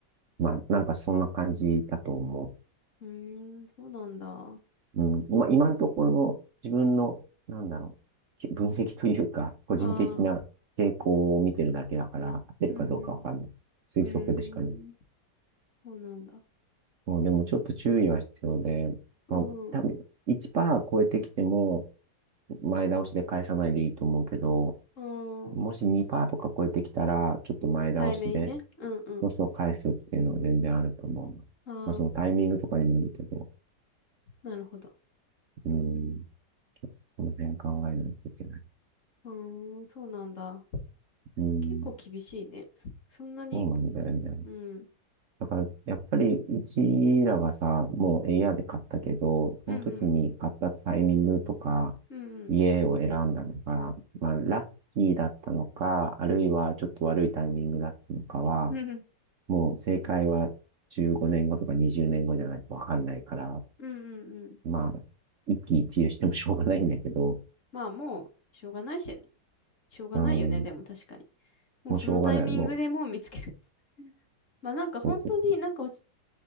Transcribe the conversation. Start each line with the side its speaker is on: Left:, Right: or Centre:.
Right: まあ、なんかそんな感じだと思う。
Left: うーん、そうなんだ。あ
Right: うん、今、今のところ自分の、なんだろう、き分析というか、個人的な傾向を見てるだけだから、
Left: あ、
Right: 合ってるかどうかわかんない。
Left: うん
Right: 推測でしかない。
Left: うん。うーん、そうなんだ。
Right: もうでもちょっと注意は必要で、
Left: うん、
Right: まあ、多分1%超えてきても、前倒しで返さないでいいと思うけど、
Left: う
Right: もし2%
Left: ん。
Right: とか超えてきたら、ちょっと前倒しで、
Left: 早めにね。うんうん。
Right: そうそう返すっていうのは全然あると思う。
Left: ああ、
Right: まあ、そのタイミングとかにもよるけど、
Left: なるほど。
Right: うん、その辺考えないといけない。
Left: うーん、そうなんだ。
Right: うん
Left: 結構厳しいね。そんなに、
Right: そうなんだよね。
Left: うん、
Right: だから、やっぱり、うちらがさ、もうエイアールで買ったけど、その時に買ったタイミングとか、
Left: うん、うん、うん、
Right: 家を選んだのが、まあ、ラッキーだったのか、あるいはちょっと悪いタイミングだったのかは、
Left: うん、うん、うん、
Right: もう正解は15年後とか20年後じゃないとわかんないから、
Left: うんうん
Right: まあ、一喜一憂してもしょうがないんだけど、
Left: まあもう、しょうがないしね。しょうがないよね、
Right: うん、
Left: でも確かに。もうそのタイミングでもう見つける。
Right: もうしょうがない、もう、
Left: <laughs> まあなんか本当になんか落ち
Right: そうそうそ